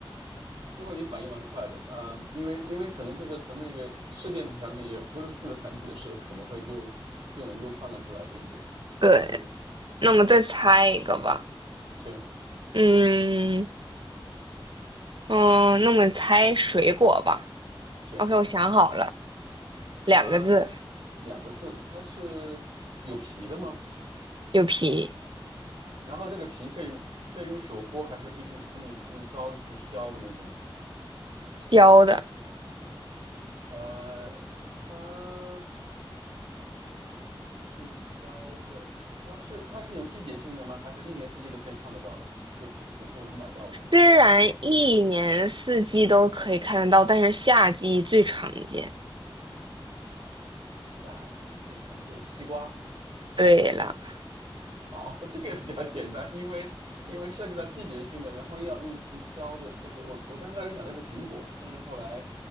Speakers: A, on the right (about 80°); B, on the right (about 60°).
A: 不过你反应蛮快的啊，因为因为可能就是从那个是电子产品也不是电子产品的时候，可能会就就能够判断出来，对不对？
B: 对，
A: 还是
B: 那么再猜一个吧。
A: 嗯，行
B: 嗯嗯，那么猜水果吧。
A: 行。
B: OK，我想好了，两个字，
A: 呃，它是两个字，它是有皮的吗？
B: 有皮。
A: 然后这个皮可以可以用手剥，还是必须用用刀子去削的那种？
B: 教的。
A: 呃，它是削的，它是它是有季节性的吗？还是一年四季都可以看得到的，都都都能买到的？
B: 虽然一年四季都可以看得到，但是夏季最常见。
A: 夏季最常见西瓜。
B: 对了，
A: <laughs> 哦，这个比较简单，因为因为涉及到季节性的，然后又要用期消的，确实我我刚开始想的是苹果，但是后来